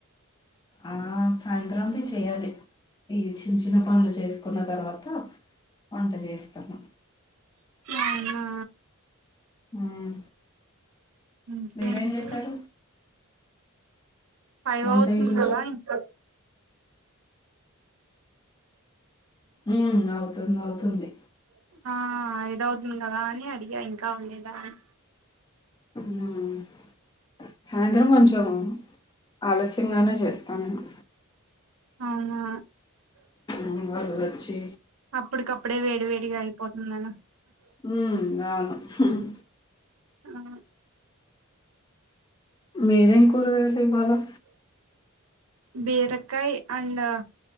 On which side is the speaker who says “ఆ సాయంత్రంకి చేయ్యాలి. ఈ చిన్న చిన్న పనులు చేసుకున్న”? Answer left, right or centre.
Left